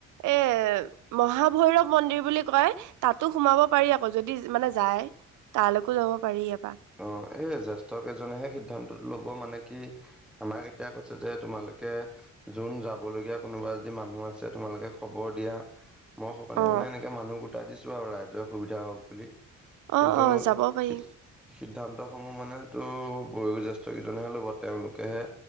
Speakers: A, on the right (about 80°); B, in the centre.
A: এ মহাভৈৰৱ মন্দিৰ বুলি কয় তাতো সোমাব। পাৰি আকৌ যদি মানে যায় তালৈকো যাব পাৰি আকৌ।
B: অ এইজাছ যোৱা কেইজন হে সিধান্ত ল'ব মানে কি আমাক এতিয়া কৈছে কি তোমালোকে যোন যাম। যাব লগগীয়া কোনোবা যদি মানুহ আছে তোমালোকে খবৰ দিয়া। মই সকোৱে
A: অ
B: মানে এনেকে মানুহ গোটাই দিছোঁ আৰু ৰাইজে সুবিধা হওক বুলি। কিন্তু
A: অ যাব পাৰি
B: শ। সিদ্ধান্ত সমূহ মানে তো বয়ো জ্যেষ্ঠ কেইজনেহে ল'ব তেওঁলোকেহে